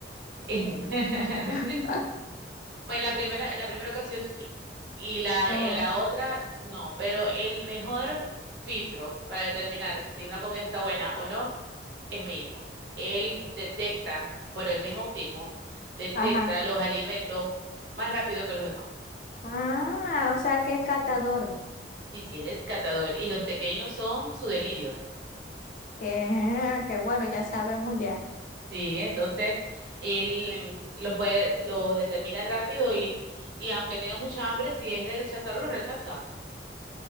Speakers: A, on the right; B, on the left.
A: eh, <laughs>
B: <laughs>
A: Pues la primera, la primera ocasión sí. Y la,
B: Oh,
A: eh, la otra no. Pero el mejor filtro para determinar si una comida está buena o no es mi hijo. Él detecta, por el mismo autismo, detecta
B: ajá.
A: los alimentos más rápido que los demás.
B: Ah, o sea que es catador.
A: Y si él es catador y los pequeños son su delirio.
B: Que, que bueno, ya sabemos ya.
A: Sí, entonces él mm, los puede, lo determina rápido y, y aunque tenga mucha hambre, si es de rechazarlo, lo rechaza.